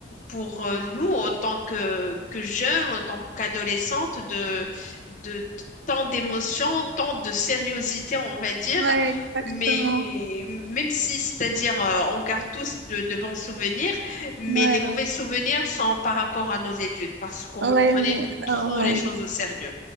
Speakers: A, on the left; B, on the right.
A: pour euh, nous, en tant que, que jeunes, en tant qu'adolescentes, de, de t- tant d'émotions, tant de sériosité, on va dire.
B: Ouais, exactement.
A: Mais même si, c'est-à-dire, euh, on garde tous de, de bons souvenirs, mais
B: Ouais,
A: les mauvais
B: ouais,
A: souvenirs sont par rapport à nos études, parce qu'on
B: Ouais,
A: prenait
B: mais
A: trop
B: euh, ouais.
A: les choses au sérieux.